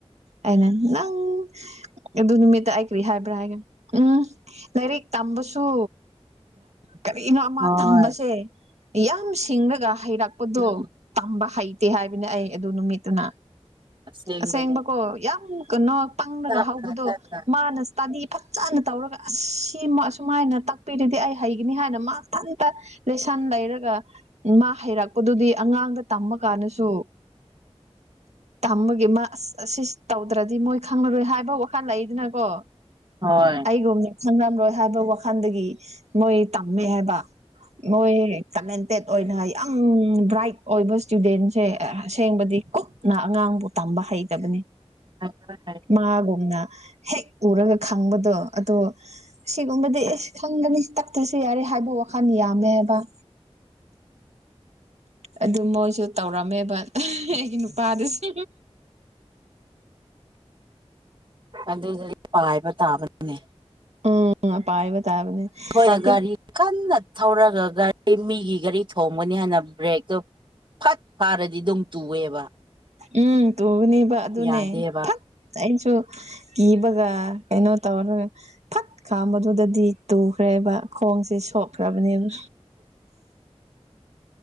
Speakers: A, on the right; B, on the right.
A: ꯑꯩꯅ ꯅꯪ ꯑꯗꯨ ꯅꯨꯃꯤꯠꯇ ꯑꯩ ꯀꯔꯤ ꯍꯥꯏ ꯕꯔ꯭ ꯍꯥꯏꯒ ꯎꯝ ꯂꯥꯏꯔꯤꯛ ꯇꯝꯕꯁꯨ ꯀꯔꯤꯅꯣ ꯑꯃ
B: ꯍꯣꯏ
A: ꯇꯝꯕꯁꯦ ꯌꯥꯝ ꯁꯤꯡꯔꯒ ꯍꯩꯔꯛꯄꯗꯣ
B: ꯎꯝ
A: ꯇꯝꯕ ꯍꯩꯇꯦ ꯍꯥꯏꯕꯅꯦ ꯑꯩ ꯑꯗꯨ ꯅꯨꯃꯤꯠꯇꯨꯅ
B: ꯑꯁꯦꯡꯕꯅꯦ
A: ꯑꯁꯦꯡꯕꯀꯣ ꯌꯥꯝ ꯀꯅꯣ ꯄꯪꯔꯒ
B: ꯇꯞꯅ
A: ꯍꯧꯕꯗꯣ
B: ꯇꯞꯅ
A: ꯃꯥꯅ ꯇꯥꯗꯤ ꯐꯖꯅ ꯇꯧꯔꯒ ꯑꯁꯤꯃ ꯑꯁꯨꯃꯥꯏꯅ ꯇꯥꯛꯄꯤꯔꯗꯤ ꯑꯩ ꯍꯩꯒꯅꯤ ꯍꯥꯏꯅ ꯃꯊꯟꯇ ꯂꯦꯁꯟ ꯂꯩꯔꯒ ꯃꯥ ꯍꯩꯔꯛꯄꯗꯨꯗꯤ ꯑꯉꯥꯡꯗ ꯇꯃ ꯀꯥꯟꯗꯁꯨ ꯇꯝꯕꯒꯤ ꯃꯥ ꯑꯁ ꯑꯁꯤ ꯇꯧꯗ꯭ꯔꯗꯤ ꯃꯣꯏ ꯈꯪꯂꯔꯣꯏ ꯍꯥꯏꯕ ꯋꯥꯈꯟ ꯂꯩꯗꯅꯀꯣ
B: ꯍꯣꯏ
A: ꯑꯩꯒꯨꯝꯅ ꯈꯪꯔꯝꯔꯣꯏ ꯍꯥꯏꯕ ꯋꯥꯈꯟꯗꯒꯤ ꯃꯣꯏ ꯇꯝꯃꯦ ꯍꯥꯏꯕ ꯃꯣꯏ ꯀꯃꯦꯟꯇꯦꯠ ꯑꯣꯏꯅ ꯌꯥꯝ ꯕ꯭ꯔꯥꯏꯠ ꯑꯣꯏꯕ ꯏꯁꯇꯨꯗꯦꯟꯁꯦ ꯑꯁꯦꯡꯕꯗꯤ ꯀꯨꯛ ꯅ ꯑꯉꯥꯡꯕꯨ ꯇꯝꯕ ꯍꯩꯇꯕꯅꯤ
B: <unintelligible>
A: ꯃꯥꯒꯨꯝꯅ ꯍꯦꯛ ꯎꯔꯒ ꯈꯪꯕꯗꯣ ꯑꯗꯣ ꯁꯤꯒꯨꯝꯕꯗꯤ ꯏꯁ ꯈꯪꯒꯅꯤ ꯇꯛꯇ꯭ꯔꯁꯨ ꯌꯥꯔꯦ ꯍꯥꯏꯕ ꯋꯥꯈꯟ ꯌꯥꯝꯃꯦꯕ ꯑꯗꯨ ꯃꯣꯏꯁꯨ ꯇꯧꯔꯝꯃꯦꯕ ꯑꯩꯒꯤ ꯅꯨꯄꯥꯗꯨꯁꯨ
B: ꯑꯗꯨꯗꯨꯗꯤ ꯄꯥꯏꯕ ꯇꯥꯕꯅꯤꯅꯦ
A: ꯎꯝ ꯄꯥꯏꯕ ꯇꯥꯕꯅꯦ
B: ꯍꯣꯏ ꯒꯥꯔꯤ
A: ꯑꯗꯨ
B: ꯀꯟꯅ ꯊꯧꯔꯒ ꯒꯥꯔꯤ ꯃꯤꯒꯤ ꯒꯥꯔꯤ ꯊꯣꯝꯒꯅꯤ ꯍꯥꯏꯅ ꯕ꯭ꯔꯦꯛꯇꯣ ꯐꯠ ꯐꯥꯔꯗꯤ ꯗꯨꯝ ꯇꯨꯑꯦꯕ
A: ꯎꯝ ꯇꯨꯒꯅꯤꯕ ꯑꯗꯨꯅꯦ
B: ꯌꯥꯗꯦꯕ
A: ꯐꯠ ꯑꯩꯁꯨ ꯀꯤꯕꯒ ꯀꯩꯅꯣ ꯇꯧꯔꯒ ꯐꯠ ꯈꯥꯝꯕꯗꯨꯗꯗꯤ ꯇꯨꯈ꯭ꯔꯦꯕ ꯈꯣꯡꯁꯦ ꯁꯣꯛꯈ꯭ꯔꯕꯅꯦꯕ